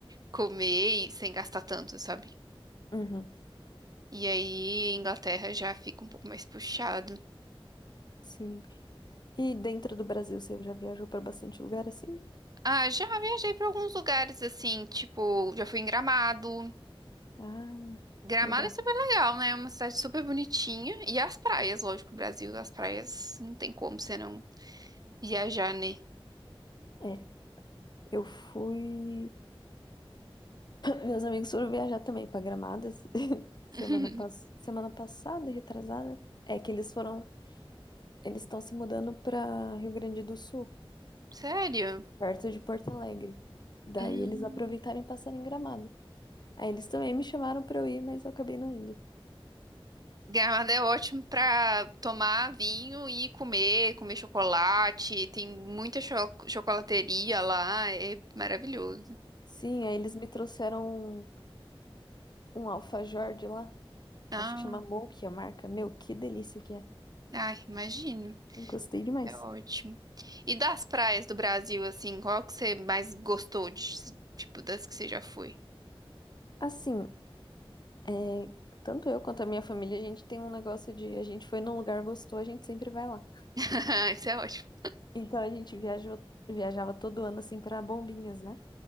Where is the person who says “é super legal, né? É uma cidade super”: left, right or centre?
Right